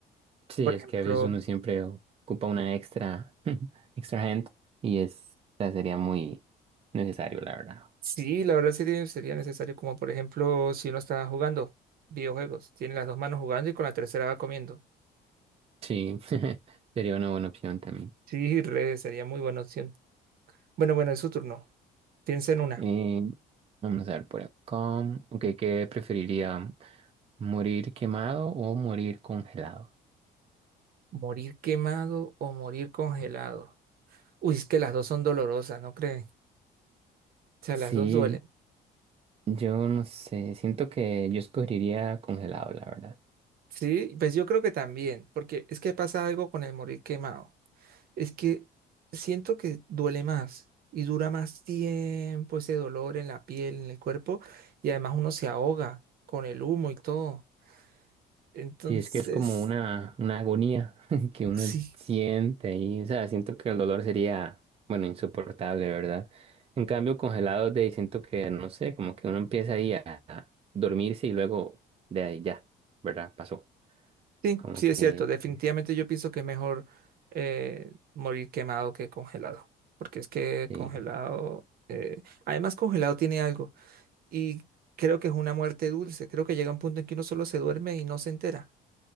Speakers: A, on the right; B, on the right.
A: Sí,
B: Por
A: es
B: ejemplo,
A: que a veces uno siempre ocupa una extra, <laughs> extra gente y es, o sea, sería muy necesario, la verdad.
B: sí, la verdad sería, sería necesario, como por ejemplo, si uno está jugando videojuegos, tiene las dos manos jugando y con la tercera va comiendo.
A: Sí, <laughs> sería una buena opción también.
B: Sí, re, sería muy buena opción. Bueno, bueno, es su turno. Piensa en una.
A: Eh, vamos a ver por acá. Ok, ¿qué preferiría? ¿Morir quemado o morir congelado?
B: ¿Morir quemado o morir congelado? Uy, es que las dos son dolorosas, ¿no creen? O sea,
A: Sí,
B: las dos duelen.
A: yo no sé, siento que yo escogería congelado, la verdad.
B: Sí, pues yo creo que también, porque es que pasa algo con el morir quemado. Es que siento que duele más y dura más tiempo ese dolor en la piel, en el cuerpo, y además uno se ahoga con el humo y todo. Entonces,
A: Sí, es que es como una, una agonía <laughs> que uno
B: sí,
A: siente ahí, o sea, siento que el dolor sería, bueno, insoportable, ¿verdad? En cambio, congelado, de ahí siento que, no sé, como que uno empieza ahí a a dormirse y luego de ahí ya, ¿verdad? Pasó,
B: sí,
A: como
B: sí
A: que,
B: es cierto. Definitivamente
A: eh,
B: yo pienso que es mejor eh, morir quemado que congelado, porque es que
A: sí.
B: congelado, eh, además congelado tiene algo. y creo que es una muerte dulce. Creo que llega un punto en que uno solo se duerme y no se entera.